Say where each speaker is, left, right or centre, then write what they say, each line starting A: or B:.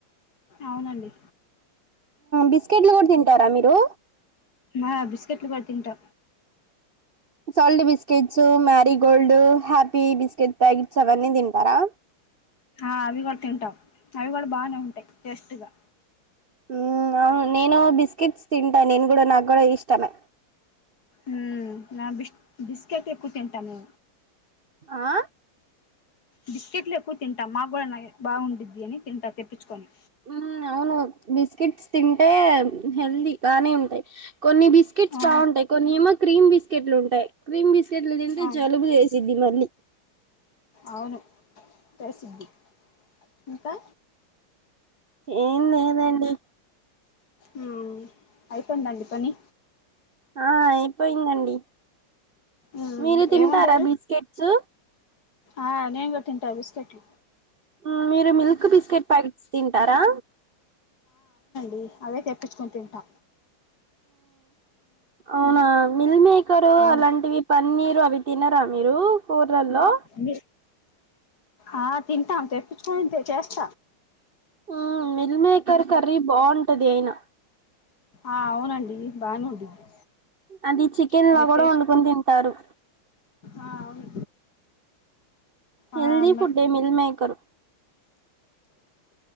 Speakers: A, on the left; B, on the right.
A: అవునండి
B: బిస్కెట్లు కూడా తింటారా మీ హలో
A: హా బిస్కట్లు కూడా తన్టా
B: salt biscuits Marie gold happy biscuit packets అవన్నీ తింటారా
A: ఆ అవి కూడా తింటాం అవి కూడా బానే ఉంటాయి టేస్ట్గా
B: మ్ అవును నేను బిస్కెట్స్ తింటా నేను కూడా నాకు కూడా ఇష్టమే
A: ఉమ్ నా బిస్ బిస్కెట్ ఎక్కువ తింటాము
B: ఆ
A: బిస్కెట్లు ఎక్కువ తింటాం మా కూడా నాయి బావుండిద్ది అని తింటా తెప్పిచ్చుకొని
B: మ్ అవును బిస్కెట్స్ తింటే హెల్దీ బానే ఉంటాయి కొన్ని బిస్కెట్స్
A: ఆ
B: బాగుంటాయి కొన్ని ఏమో క్రీమ్ బిస్కెట్లు ఉంటాయి, క్రీమ్ బిస్కెట్లు తింటే
A: ఆ
B: జలుబు చేసిద్ది మళ్ళీ
A: అవును ప్రేసిద్ది ఇంకా
B: ఏం లేదండి
A: మ్ అయ్యిపోయిందండి పని
B: ఆ అపోయిందండి
A: ఉమ్
B: మీరు తింటారా
A: ఏం వండారు
B: బిస్కెట్స్
A: ఆ నేనుకూడా తింట బిస్కెట్లు
B: ఉ మీరు మిల్క్ బిస్కెట్ ప్యాకెట్స్ తింటారా
A: ఉ అవే తెప్పించుకుని తింటా
B: అనా మిల్మే కక్కరు
A: ఆ
B: అలాంటివి పన్నీరు అవి తినరా మీరు కూర్రల్లో
A: మీ ఆ తింటా తే ఫోన్పే చేస్త
B: ఉ మిల్మేకర్ కర్రీ బావుంటది అయినా
A: ఆ అవునండి బానే ఉండిద్ది
B: అది చికెన్
A: నె
B: లా కూడా
A: టేస్ట్
B: వండుకొని తింటారు
A: ఆ అవును.
B: హెల్దీ
A: ఆ మె
B: ఫుడ్డే మిల్మేకరు